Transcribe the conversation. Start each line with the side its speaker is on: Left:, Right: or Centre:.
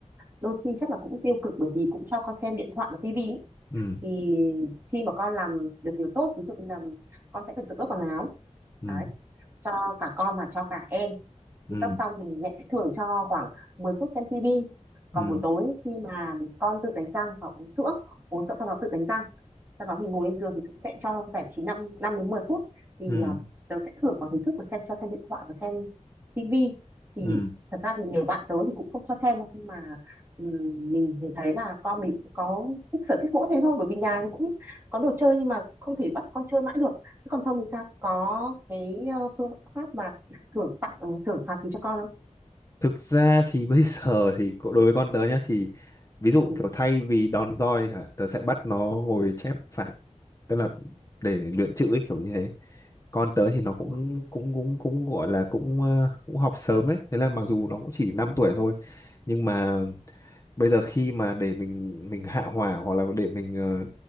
Right: đôi khi chắc là cũng tiêu cực bởi vì cũng cho con xem điện thoại và tivi ý.
Left: ừ
Right: thì khi mà con làm được điều tốt ví dụ như là con sẽ phải tự ước quần áo
Left: ừ
Right: đấy cho cả con và cho cả em
Left: ừ
Right: khi cấp xong thì mẹ sẽ thưởng cho khoảng 10 phút xem tivi còn
Left: ừ
Right: buổi tối khi mà con tự đánh răng và uống sữa uống sữa sau đó tự đánh răng sau đó thì ngồi lên giường thì cũng sẽ cho giải trí 5, năm năm đến mười phút thì
Left: ừ
Right: um, tớ sẽ thưởng vào hình thức của xem cho xem điện thoại và xem tivi thì
Left: ừ
Right: thật ra thì nhiều bạn tớ thì cũng không cho xem đâu nhưng mà ừm, mình thì thấy là con mình cũng có thích sở thích mỗi thế thôi bởi vì nhà nó cũng có đồ chơi nhưng mà không thể bắt con chơi mãi được Thế còn Thông thì sao? Có cái ờ, phương pháp mà thưởng tặng thưởng phạt gì cho con không?
Left: Thực ra thì <laughs> bây giờ thì cô- đối với con tớ nhá thì ví dụ
Right: Ừ.
Left: kiểu thay vì đòn roi chẳng hạn, tớ sẽ bắt nó ngồi chép phạt tức là để luyện chữ ấy kiểu như thế. Con tớ thì nó cũng
Right: Ủa?
Left: cũng cũng cũng gọi là cũng ờ, cũng học sớm ấy, thế là mặc dù nó cũng chỉ năm
Right: Ừ.
Left: tuổi thôi nhưng mà bây giờ khi mà để mình mình hạ hỏa hoặc là để mình ờ,